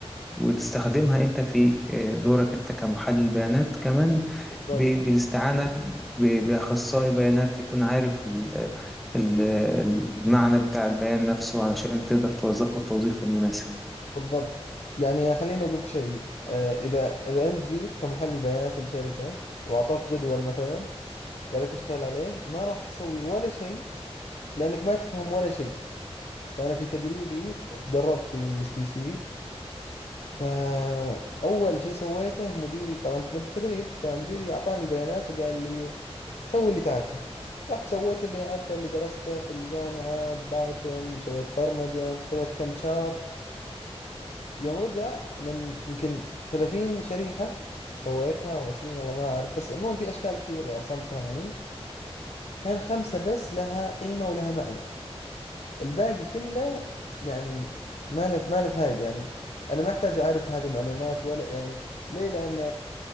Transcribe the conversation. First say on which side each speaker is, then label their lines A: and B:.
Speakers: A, in the centre; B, on the left.
A: وتستخدمها انت في آه، دورك انت كمحلل بيانات كمان
B: بالضبط
A: ب... بالاستعانة ب... بأخصائي بيانات يكون عارف ال... ال... المعنى بتاع البيان نفسه علشان تقدر توظفه التوظيف المناسب
B: بالضبط يعني خليني أقولك شيء آه، إذا إذا أنت جيت كمحلل بيانات لشركة وأعطوك جدول مثلا قال لك اشتغل عليه ما راح تسوي ولا شيء لأنك ما تفهم ولا شيء فأنا في تدريبي تدربت في اس تي سي فأول شيء سويته مديري طبعا مد- تدريب فمديري أعطاني البيانات وقال لي سوي اللي تعرفه رحت سويت اللي أعرفه اللي درسته في الجامعة بايثون سويت برمجة سويت كم شارت يوم رجع من يمكن 30 شريحة سويتها او 20 والله ما اعرف بس عموما في اشكال كثير رسمتها يعني كان خمسة بس لها قيمة ولها معنى الباقي كله يعني ما له ما له فايدة يعني انا ما احتاج اعرف هذه المعلومات ولا يعني ليه لان